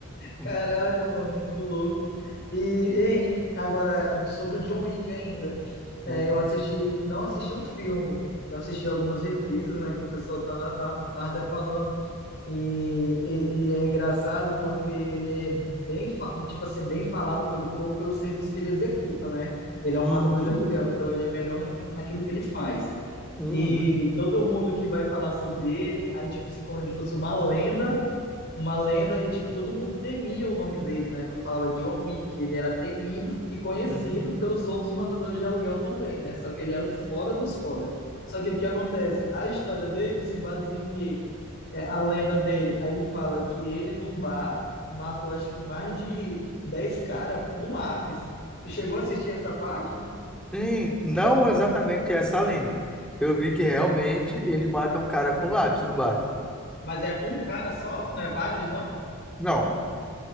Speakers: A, in the centre; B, on the left (about 50°).
A: ó.
B: Caraca, mano, muito louco. E, hein, agora, sobre o John Wick ainda. É,
A: Uhum,
B: eu assisti, não assisti o filme, eu assisti algumas reprises, né, que o pessoal tá, tá, tá até falando. E ele é engraçado porque ele é bem, fa- tipo assim, bem falado pelo povo pelo serviço que ele executa, né? Ele
A: uhum,
B: é um matador de aluguel, então ele é melhor naque- naquilo que ele faz.
A: uhum,
B: E todo mundo que vai falar sobre ele, aí tipo se como ele fosse uma lenda, uma lenda e tipo todo mundo temia o nome dele, né? Quando falava John Wick, ele era temido e conhecido
A: uhum.
B: pelos outros matadores de aluguel também, né? Só que ele era o foda dos foda. Só que o que acontece? A história dele se baseia em quê? é, a lenda dele. Aí fala que ele, num bar, matou acho que mais de 10 caras com um lápis. Tu chegou a assistir essa parte?
A: Sim, não exatamente essa lenda. Eu vi que realmente ele mata um cara com lápis no bar.
B: Mas é um cara só? Não é vários, não?
A: Não,